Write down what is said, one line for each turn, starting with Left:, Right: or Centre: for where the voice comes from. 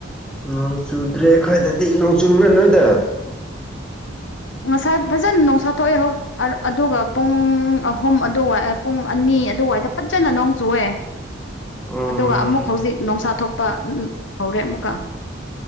Centre: ꯅꯣꯡ ꯆꯨꯗ꯭ꯔꯦ ꯑꯩꯈꯣꯏꯗꯗꯤ ꯅꯣꯡ ꯆꯨꯕ꯭ꯔꯥ ꯅꯣꯏꯗ
Left: ꯉꯁꯥꯏ ꯐꯖꯅ ꯅꯣꯡꯁꯥ ꯊꯣꯛꯑꯦ ꯍꯧ ꯑꯗꯨꯒ ꯄꯨꯡ ꯑꯍꯨꯝ ꯑꯗꯨꯋꯥꯏ ꯄꯨꯡ ꯑꯅꯤ ꯑꯗꯨꯋꯥꯏꯗ ꯐꯖꯅ ꯅꯣꯡ ꯆꯨꯋꯦ
Centre: ꯎꯝ
Left: ꯑꯗꯨꯒ ꯑꯃꯨꯛ ꯍꯧꯖꯤꯛ ꯅꯣꯡꯁꯥ ꯊꯣꯛꯄ ꯍꯧꯔꯦ ꯑꯃꯨꯛꯀ